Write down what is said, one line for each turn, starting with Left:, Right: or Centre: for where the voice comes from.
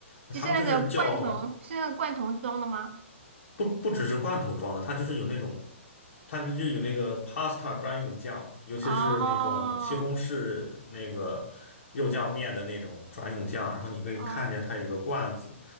Left: 他们就是叫
Right: 就是那个罐头，是那个罐头装的吗？
Left: 不不只是罐头装的，它就是有那种，它就有那个 pasta 专用酱，尤其是那种西红柿那个肉酱面的那种专用酱，
Right: 哦
Left: 然后你可以看见它有一个罐子，
Right: 哦，